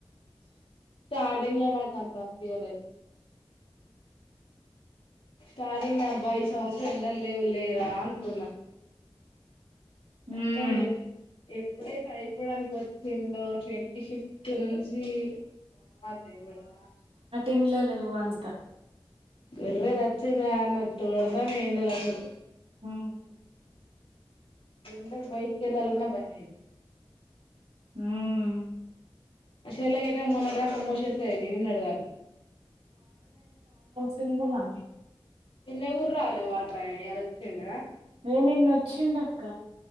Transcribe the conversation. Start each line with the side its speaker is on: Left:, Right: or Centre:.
Left: స్టార్టింగ్ లో నాకు అంత అనిపియలే. స్టార్టింగ్ లో అబ్బా ఈ సంవత్సరం ఎండలు లేవు లేరా అనుకున్నా.
Right: హ్మ్.
Left: అత్తమ్ ఏ ప్పుడే పై చెప్పడానికి ఓచ్చిండు ట్వంటీ ఫిఫ్త్ నుంచి అబ్బా దేవుడా.
Right: ఇంట్లో లేవ్వు అంత.
Left: ఎర్రల్ అచ్చింద అన్నట్టు కోడ్తాన్నై ఎండలు అసలు.
Right: ఉహు
Left: ఎండక్ బయటిక్ ఏళ్ళలన్న బయం అయితంది.
Right: హుమ్మ్
Left: షెల్లెక్ ఐతే మొన్నటిదాకా మోషన్స్ అయినాయి నిన్నటిదాకా.
Right: Single aunty.
Left: నిన్న కుడ్ రాలే వాటర్ అయినా ఇయాల ఓచ్చిండ.
Right: ఏ నిన్నొచ్చిండక్క.